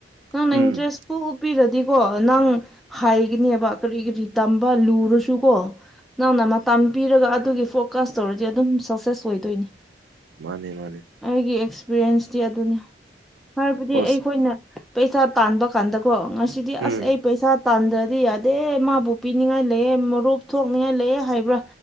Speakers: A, in the centre; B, on the right (about 75°).
A: ꯅꯪꯅ
B: ꯎꯝ
A: ꯏꯟꯇꯔꯦꯁ ꯎ ꯎꯞꯄꯤꯔꯗꯤꯀꯣ ꯅꯪ ꯍꯥꯏꯒꯅꯦꯕ ꯀꯔꯤ ꯀꯔꯤ ꯇꯝꯕ ꯂꯨꯔꯁꯨ ꯀꯣ ꯅꯪꯅ ꯃꯇꯝ ꯄꯤꯔꯒ ꯑꯗꯨꯒꯤ ꯐꯣꯔꯀꯥꯁ ꯇꯧꯔꯗꯤ ꯑꯗꯨꯝ ꯁꯛꯁꯦꯁ ꯑꯣꯏꯗꯣꯏꯅꯤ
B: ꯃꯥꯅꯦ ꯃꯥꯅꯦ
A: ꯑꯩꯒꯤ ꯑꯦꯛꯁꯄꯤꯔꯤꯌꯦꯟꯁꯇꯤ ꯑꯗꯨꯅꯤ ꯍꯥꯏꯕꯗꯤ
B: ꯑꯣ
A: ꯑꯩꯈꯣꯏꯅ ꯄꯩꯁꯥ ꯇꯥꯟꯕ ꯀꯥꯟꯗꯀꯣ ꯉꯁꯤꯗꯤ
B: ꯎꯝ
A: ꯑꯁ ꯑꯩ ꯄꯩꯁꯥ ꯇꯥꯟꯗ꯭ꯔꯗꯤ ꯌꯥꯗꯦ ꯃꯥꯕꯨ ꯄꯤꯅꯤꯡꯉꯥꯏ ꯂꯩꯑꯦ ꯃꯔꯨꯞ ꯊꯣꯛꯅꯤꯡꯉꯥꯏ ꯂꯩꯑꯦ ꯍꯥꯏꯕ꯭ꯔꯥ